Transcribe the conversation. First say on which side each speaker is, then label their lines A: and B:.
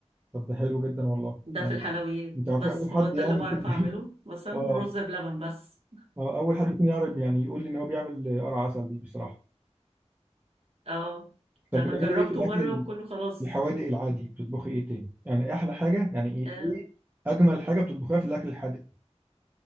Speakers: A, on the right; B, on the right.
A: طب ده حلو جدا والله
B: ده
A: يعني
B: في الحلويات
A: انت عارف
B: بس
A: اول حد
B: هو ده
A: يعني
B: اللي بعرف
A: يكون
B: اعمله
A: <laughs>
B: مثلا
A: اه
B: والرز بلبن بس
A: آه، اول حد يكون يعرف يعني يقول لي ان هو بيعمل قرع عسل دي بصراحه
B: اه
A: طب
B: انا
A: بتعملي
B: جربته
A: ايه في الاكل
B: مرة
A: ال-
B: وكله خلاص
A: الحوادق العادي بتطبخي ايه تاني يعني إيه احلى حاجه يعني ايه
B: آه،
A: ايه اجمل حاجه بتطبخيها في الاكل الحادق